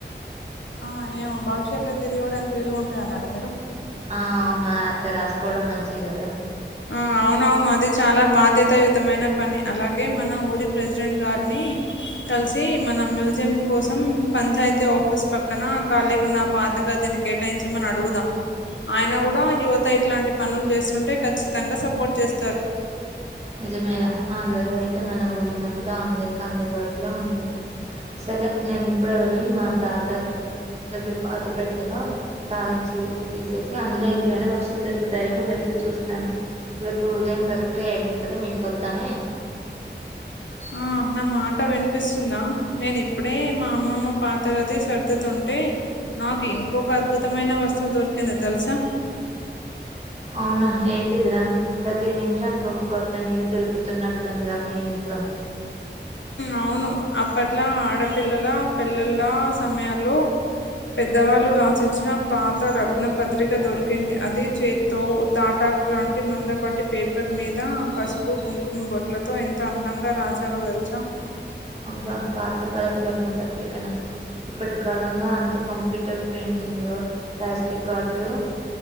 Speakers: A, on the left; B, on the right.
A: ఆ ఏమో భవిష్యత్లో తిరిగి ఇవ్వడానికి వీలుగ ఉంటది అన్నారా మీరు?
B: ఆ అవునా అట్ల రాసుకోవడం మంచిది కదా.
A: ఆ అవునవును అది చాలా బాధ్యతాయుతమైన పని, అలాగే మన ఊరి ప్రెసిడెంట్ గారిని కలిసి మన మ్యూజియం కోసం పంచాయతీ ఆఫీస్ పక్కన ఖాళీగున్న పాత గదిని కేటాయించమని అడుగుదాం, ఆయన గుడా యువత ఇట్లాంటి పనులు చేస్తుంటే ఖచ్చిత్ తంగా సపోర్ట్ చేస్తారు.
B: నిజమేర ఆ గది అయితే మన ఊరి మధ్యలో అందరికి అందుబాటులో ఉంటుంది. సరే నేను ఇప్పుడే వెళ్ళి మా తాత దగ్గర పాత పెట్టెలో తాళం చేయి తీసేసి అందులో ఇంకేమైనా వస్తు వులు దొరుకుతాయేమో వెతికి చూస్తాను రేపు ఉదయం కరెక్ట్గ ఏడింటికల్లా మీ ఇంటికి వస్తానే
A: ఆ నా మాట వినిపిస్తుందా నేను ఇప్పుడే మా అమ్మమ్మ పాత గది సర్దుతుంటే నాకు ఇంకొక అద్భుతమైన వస్తువు దొరికింది తెలుసా
B: అవునా ఏంటిదిరా ప్రతి నిమిషానికి ఒక కొత్త నిధి దొరుకుతున్నట్లుందిగా మీ ఇంట్లో
A: అవును అప్పట్లా ఆడపిల్లల పెళ్లిళ్ల సమయాల్లో పెద్దవాళ్ళు రాసిచ్చిన పాత లగ్న పత్రిక దొరికింది అది చేతితో తాటా లాంటి మందపాటి పేపర్ మీద పసుపు కుంకుమ బోట్లతో ఎంత అందంగా రాసారో తెలుస సా
B: అబ్బా పాతకాలపు లగ్నపత్రికనా ఇప్పటి కాలంలో అంత కంప్యూటర్ ప్రింటింగ్ ప్లాస్టిక్ కార్డ్లు